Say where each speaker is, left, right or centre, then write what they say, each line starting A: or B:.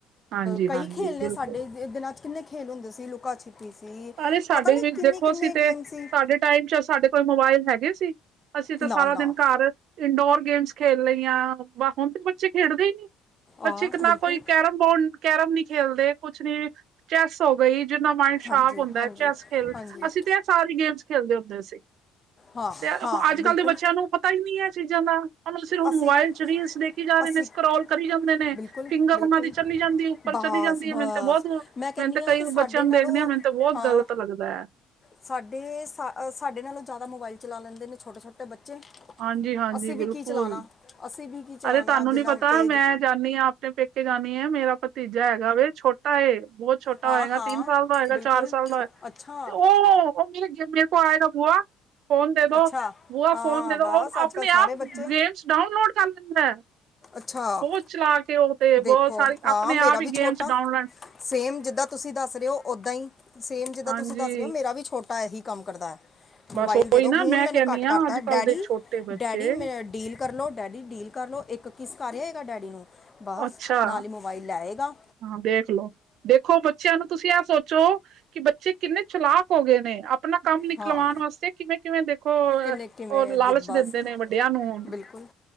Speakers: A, on the right (about 65°); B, on the left (about 25°).
A: ਹਾਂਜੀ
B: ਕਈ
A: ਹਾਂਜੀ
B: ਖੇਡ ਨੇ
A: ਬਿਲਕੁਲ
B: ਸਾਡੇ ਦਿਨਾਂ ਚ ਕਿੰਨੇ ਖੇਲ ਹੁੰਦੇ ਸੀ। ਲੁਕਾ ਛਿਪੀ ਸੀ।
A: ਅਰੇ ਸਾਡੇ
B: ਪਤਾ ਨੀ
A: ਵੀ
B: ਕਿੰਨੇ
A: ਦੇਖੋ
B: ਕਿੰਨੇ
A: ਅਸੀਂ ਤੇ
B: ਗੇਮ ਸੀ।
A: ਸਾਡੇ ਟਾਈਮ ਚ ਸਾਡੇ ਕੋਲ ਮੋਬਾਇਲ ਹੈਗੇ ਸੀ। ਅਸੀ ਤੇ
B: ਨਾ
A: ਸਾਰਾ
B: ਨਾ
A: ਦਿਨ ਘਰ ਇੰਡੋਰ ਗੇਮਸ ਖੇਲ ਲਈਆਂ। ਵ ਹੁਣ ਤੇ ਬੱਚੇ ਖੇਡਦੇ ਈ ਨੀ ਬੱਚੇ
B: ਆ
A: ਨਾ
B: ਬਿਲਕੁਲ
A: ਕੋਈ ਕੈਰਮ ਬੋਡ ਕੈਰਮ ਨੀ ਖੇਲਦੇ ਕੁਛ ਨੀ। ਚੈਸ ਹੋ ਗਈ ਜਿਨਾਲ ਮਾਈਂਡ
B: ਹਾਂਜੀ
A: ਸਾ਼ਪ ਹੁੰਦਾ
B: ਹਾਂਜੀ
A: ਐ। ਚੈਸ ਖੇਲ
B: ਹਾਂਜੀ
A: ਅਸੀ ਤੇ ਐ ਸਾਰੀ ਗੇਮਸ ਖੇਲਦੇ ਹੁੰਦੇ ਸੀ।
B: ਹਾਂ
A: ਤੇ
B: ਹਾਂ
A: ਹੁ ਅੱਜ
B: ਬਿਲਕੁਲ
A: ਕੱਲ ਦੇ ਬੱਚੇਆਂ ਨੂੰ ਪਤਾ ਈ ਨੀ ਐ ਚੀਜਾਂ ਦਾ। ਸਿਰਫ
B: ਅਸੀਂ
A: ਮੋਬਾਇਲ ਚ ਰੀਲਸ ਦੇਖੀ ਜਾ ਰੇ
B: ਅਸੀਂ
A: ਨੇ। ਸਕਰੋਲ ਕਰੀ ਜਾਂਦੇ ਨੇ,
B: ਬਿਲਕੁਲ
A: ਫਿੰਗਰ
B: ਬਿਲਕੁਲ
A: ਓਨਾਂ ਦੀ ਚਲੀ ਜਾਂਦੀ ਪਰ
B: ਬਸ
A: ਚਲੀ ਜਾਂਦੀ ਏ।
B: ਬਸ
A: ਮੈਨੂੰ ਤੇ ਬੋਤ
B: ਮੈਂ ਕਹਿੰਨੀ
A: ਮੈਨੂੰ ਤੇ
B: ਆ
A: ਕਈ
B: ਕਿ ਸਾਡੇ
A: ਬੱਚੇਆਂ ਨੂੰ ਦੇਖਨੇ
B: ਨਾਲੋਂ
A: ਆਂ ਮੈਨੂੰ ਤੇ ਬੋਤ
B: ਹਾਂ
A: ਗਲਤ ਲੱਗਦਾ ਐ।
B: ਸਾਡੇ ਸਾ ਸਾਡੇ ਨਾਲੋਂ ਜਾਦਾ ਮੋਬਾਇਲ ਚਲਾ ਲੈਂਦੇ ਨੇ ਛੋਟੇ-ਛੋਟੇ ਬੱਚੇ।
A: ਹਾਂਜੀ ਹਾਂਜੀ
B: ਅਸੀਂ
A: ਬਿਲਕੁਲ।
B: ਵੀ ਕੀ ਚਲਾਣਾ ਅਸੀਂ ਵੀ ਕੀ ਚਲਾਣਾ
A: ਅਰੇ ਤਾਨੂੰ
B: ਜਿੰਨਾ
A: ਨੀ ਪਤਾ
B: ਤੇਜ਼
A: ਮੈਂ ਜਾਨੀ ਆਂ ਅਪਨੇ ਪੇਕੇ ਜਾਨੀ ਆਂ ਮੇਰਾ ਪਤ ਤੀਜਾ ਹੈਗਾ ਵੇ। ਛੋਟਾ ਏ ਬੋਤ ਛੋਟਾ
B: ਹਾਂ
A: ਹੋਏਗਾ
B: ਹਾਂ
A: ਤਿੰਨ ਸਾਲ ਦਾ ਹੋਏਗਾ
B: ਬਿਲਕੁਲ
A: ਚਾਰ ਸਾਲ ਦਾ ਹੋਏ।
B: ਅੱਛਾ
A: ਤੇ ਓ, ਓ ਮੇ ਮੇਰੇ ਕੋਲ ਆਏਗਾ ਬੂਆ ਫੋਨ ਦੇ ਦੋ,
B: ਅੱਛਾ
A: ਬੂਆ
B: ਹਾਂ
A: ਫੋਨ
B: ਬਸ
A: ਓ
B: ਅੱਜ
A: ਅਪਨੇ
B: ਕੱਲ ਸਾਰੇ
A: ਆਪ
B: ਬੱਚੇ
A: ਗੇਮਸ ਡਾਊਨਲੋਡ ਕਰ ਲੇਂਦਾ ਐ।
B: ਅੱਛਾ
A: ਬੋਤ ਚਲਾਕੇ ਓ ਤੇ
B: ਦੇਖੋ
A: ਬੋਤ ਸਾਰੀ
B: ਹਾਂ
A: ਆਪਨੇ
B: ਮੇਰਾ
A: ਆਪ
B: ਵੀ
A: ਈ ਗੇਮਸ
B: ਛੋਟਾ
A: ਡਾਊਨਲ
B: ਸੇਮ ਜਿੱਦਾਂ ਤੁਸੀ ਦੱਸ ਰੇ ਓ ਓਦਾਂ ਹੀ ਸੇਮ ਜਿੱਦਾਂ
A: ਹਾਂਜੀ
B: ਤੁਸੀ ਦੱਸ ਰੇ ਓ ਮੇਰਾ ਵੀ ਛੋਟਾ ਏਹੀ ਕੰਮ ਕਰਦਾ ਐ। ਮੋਬਾਈਲ
A: ਬਸ ਉਹੀ
B: ਦੇ ਦੋ।
A: ਨਾ
B: ਹੁਨ
A: ਮੈਂ
B: ਮੈਨੇ
A: ਕਹਿੰਦੀ
B: ਘੱਟ
A: ਹਾਂ
B: ਕਰਤਾ
A: ਅੱਜ
B: ਐ।
A: ਕੱਲ
B: ਡੈਡੀ
A: ਦੇ ਛੋਟੇ ਬੱਚੇ
B: ਡੈਡੀ ਮੈ ਡੀਲ ਕਰ ਲਉ ਡੈਡੀ ਡੀਲ ਕਰ ਲਉ। ਏਕ ਕਿਸ ਕਰ ਆਏਗਾ ਡੈਡੀ ਨੂੰ ਬਸ
A: ਅੱਛਾ
B: ਨਾਲ ਈ ਮੋਬਾਈਲ ਲੈਏਗਾ।
A: ਹਾਂ ਦੇਖਲੋ। ਦੇਖੋ ਬੱਚੇਆਂ ਨੂੰ ਤੁਸੀ ਐ ਸੋਚ ਚੋ ਕਿ ਬੱਚੇ ਕਿੰਨੇ ਚਲਾਕ ਹੋ ਗਏ ਨੇ। ਅਪਨਾ ਕੰਮ ਨਿਕਲਵਾਨ
B: ਹਾਂ
A: ਵਾਸਤੇ ਕਿਵੇਂ ਕਿਵੇਂ ਦੇਖੋ ਓ
B: ਕਿੰਨੇ ਕਿਵੇਂ
A: ਓ ਲਾਲਚ
B: ਦੇ ਬਸ
A: ਦੇਂਦੇ ਨੇ ਵੱਡੇਆਂ ਨੂੰ ਹੁਨ।
B: ਬਿਲਕੁਲ।